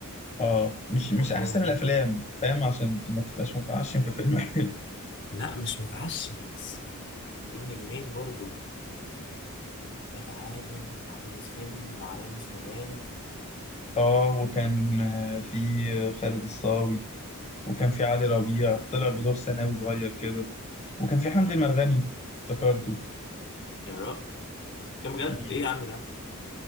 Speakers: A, on the left; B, on the left.
A: اه مش مش
B: وغادة
A: احسن
B: عادل
A: الافلام فاهم عشان ما تبقاش متعشم في فيلم <laughs> حلو
B: لا مش متعشم بس يعني قول نجمين برضو غادة عادل عملت فيلم مع رامز جلال
A: اه وكان آه، في خالد الصاوي وكان في علي ربيع طلع بدور ثانوي صغير كده وكان في حمدي المرغني افتكرته
B: يا رب كم جد
A: مم.
B: ايه يا عم ده